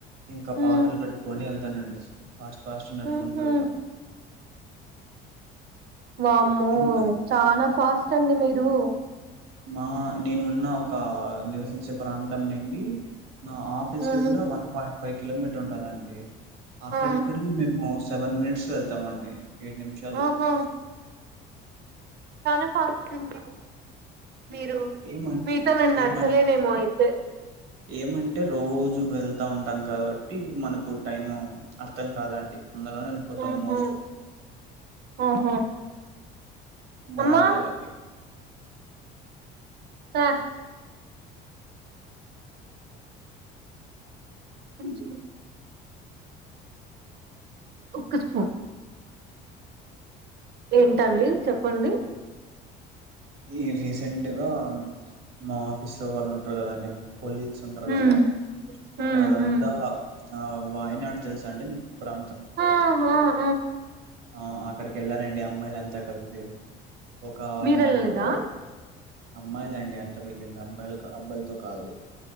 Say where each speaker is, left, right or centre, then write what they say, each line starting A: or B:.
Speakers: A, on the right; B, on the right.
A: ఇంకా
B: ఉ
A: పాటలు పెట్టుకొని వెళ్తానండి ఫాస్ట్ ఫాస్ట్ నడుచుకుంటూ
B: ఉహు
A: వెళ్తాను
B: వామ్మో
A: ఇంకా
B: చనా ఫాస్ట్ అండి మీరు
A: మా నేను ఉన్న ఒక నివసించే ప్రాంతం నుండి మా ఆఫీస్
B: ఉమ్
A: కి కూడా వన్ పాయింట్ ఫైవ్ కిలోమీటర్ ఉంటదండి అక్కడిక్కడ
B: ఆ
A: మేము సెవెన్ మినిట్స్లో వెళ్తామండి ఏడు నిమిషాలు
B: ఆఓహో చన ఫాస్ట్ అండి మీరు
A: ఏమం
B: మీతో నేను నచ్చలేనేమో
A: ఏమం
B: అయితే
A: ఏమంటే రోజు వెళ్తా ఉంటాం కాబట్టి మనకు టైం అర్థం కాదండి తొందరగానే వెళ్ళిపోతాం
B: ఆహా
A: మోస్ట్
B: ఆహా
A: బావుంటదండి
B: అమ్మా స సంచి ఒక్క స్పూన్ ఏంటండి చెప్పండి
A: ఈ రీసెంట్గా మా ఆఫీస్ లో వాళ్ళు ఉంటారు కదండి కొలీగ్స్ ఉంటారు కదా
B: ఉమ్ ఉమ్
A: వాళ్ళంతా
B: ఉమ్
A: ఆ వాయినాడ తెలుసా అండి మీకు ప్రాంతం
B: ఆ ఆ ఆ
A: ఆ అక్కడికి ఎల్లారండి అమ్మాయిలు అంతా కలిసి ఒక ఆరు
B: మీరెళ్ళలేదా
A: మందో అమ్మాయిలండి అంత వెళ్ళింది అబ్బాయిల అబ్బాయిలతో కాదు